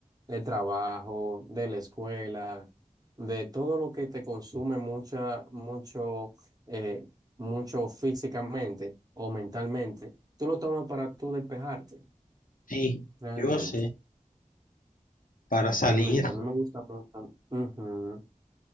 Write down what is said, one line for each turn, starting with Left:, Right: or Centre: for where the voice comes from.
Right: de trabajo, de la escuela, de todo lo que te consume mucha, mucho, eh, mucho físicamente o mentalmente. Tú lo tomas para tú despejarte,
Left: sí,
Right: realmente.
Left: yo sé, para salir,
Right: Realmente, a mí me gusta mucho. Ujú.